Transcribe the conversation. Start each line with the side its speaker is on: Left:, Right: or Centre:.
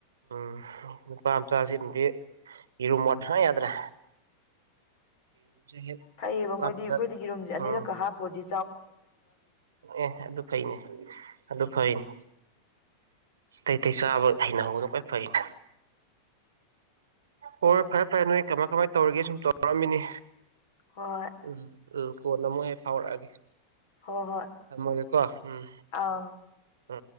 Right: ꯎꯝ ꯅꯨꯄꯥ ꯃꯆꯥꯁꯤ ꯅꯨꯗꯤ ꯏꯔꯨ ꯃꯣꯠ ꯁ ꯌꯥꯗ꯭ꯔꯦ ꯌꯦꯔꯨꯝꯁꯦ ꯍꯦꯛ
Left: ꯐꯩꯌꯦꯕ
Right: ꯋꯥꯠꯄꯗ
Left: ꯃꯣꯏꯗꯤ ꯑꯩꯈꯣꯏꯗꯤ ꯌꯦꯔꯨꯝꯁꯦ ꯑꯅꯤꯔꯛꯀ
Right: ꯎꯝ
Left: ꯍꯥꯞꯄꯣꯗꯤ
Right: ꯑꯦ ꯑꯗꯨ ꯐꯩꯅꯦ ꯑꯗꯨ ꯐꯩꯅꯦ ꯑꯇꯩꯇꯩ ꯆꯥꯕ ꯍꯩꯅꯍꯧꯕꯅ ꯀ꯭ꯋꯥꯏ ꯐꯩꯅꯦ ꯍꯣꯏ ꯍꯣꯏ ꯐꯔꯦ ꯐꯔꯦ ꯅꯣꯏ ꯀꯃꯥꯏ ꯀꯃꯥꯏꯅ ꯇꯧꯔꯤꯒꯦ ꯁꯨꯝ ꯇꯧꯔꯛꯑꯝꯃꯤꯅꯤ
Left: ꯍꯣꯏ
Right: ꯎꯝ ꯎꯝ ꯀꯣꯟꯅ ꯑꯃꯣꯏꯛ ꯍꯦꯛ ꯐꯥꯎꯔꯛꯑꯒꯦ
Left: ꯍꯣꯏ ꯍꯣꯏ
Right: ꯊꯝꯃꯒꯦꯀꯣ ꯎꯝ
Left: ꯑꯥꯎ
Right: ꯑ